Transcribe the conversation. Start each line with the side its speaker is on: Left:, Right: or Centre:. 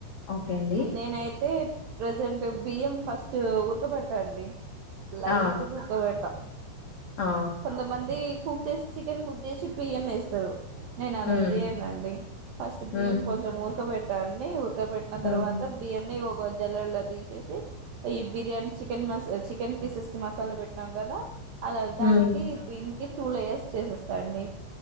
Left: ఓకే అండి
Right: నేనై త్ అయితే ప్రజెంట్ బియ్యం ఫస్ట్ ఉరక పెడతా అండి. లైట్
Left: ఆ!
Right: గా ఉక్కవేట్త
Left: ఆ!
Right: కొంతమంది కుక్ చేసి చికెన్ కుక్ చేసి బియ్యం వేస్తారు నేను అలా
Left: హ్మ్.
Right: చేయనండి ఫస్ట్ బియ్యం
Left: హ్మ్.
Right: కొంచెం ఊరకబెడ్ దాన్ని ఉర్ క పెట్టిన
Left: హ్మ్.
Right: తర్వాత్ బియ్యంని జల్లర్లో తీసేసి ఈ బిర్యానీ చికెన్ చికెన్ పీసెస్ కి మసాలా పెట్టినాం కదా అలార్
Left: హ్మ్.
Right: దానికి దీనికి టూ యర్స్ చేసేస్తాండి